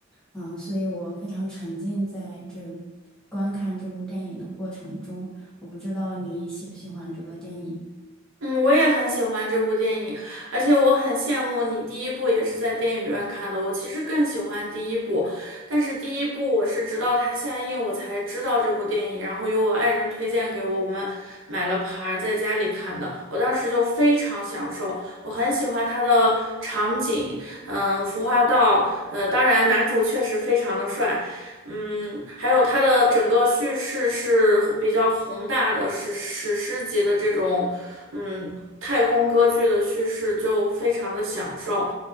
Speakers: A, in the centre; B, on the right (about 70°).
A: 嗯、所以我非常沉浸在这观看这部电影的过程中。我不知道你喜不喜欢这个电影。
B: 嗯，我也很喜欢这部电影，而且我很羡慕你第一部也是在电影院看的。我其实更喜欢第一部，但是第一部我是直到它下映我才知道这部电影，然后由我爱人推荐给我，我们买了盘儿在家里看的。我当时就非常享受，我很喜欢它的场景，嗯，服化道，呃，当然男主确实非常的帅。嗯，还有它的整个叙事是比较宏大的史史诗级的这种。嗯，太空歌剧的叙事就非常的享受。